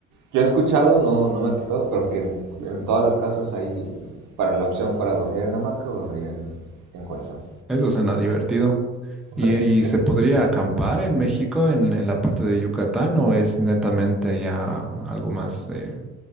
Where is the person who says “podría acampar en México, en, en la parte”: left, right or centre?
Centre